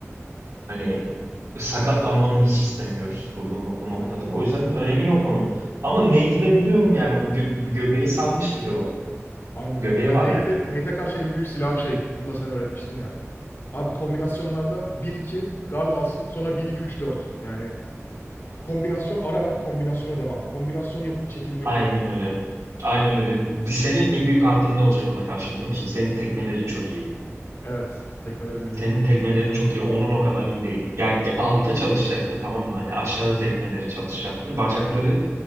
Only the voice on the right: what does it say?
Hani sakatlanmanı hiç istemiyoruz burada no- bu noktada.
O yüzden önemi yok onun. Ama Nate'i de biliyorum yani o gö- göbeği salmış biri o.
Göbeği
var yani
epey.
Aynen
öyle. Aynen öyle. Senin en büyük artın ne olacak ona karşı biliyor musun? Senin tekmelerin çok iyi.
Senin tekmelerin çok iyi. Onun o kadar iyi değil. Ya ge- alta çalışacaktır tamam mı? Hani aşağı
tekmeleri çalışacaktır. Bacakları,